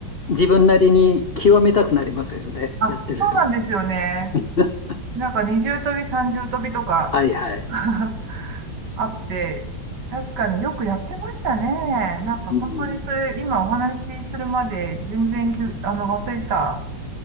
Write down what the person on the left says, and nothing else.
自分なりに極めたくなりますよね。
やってると。
<laughs>
はいはい。
うん。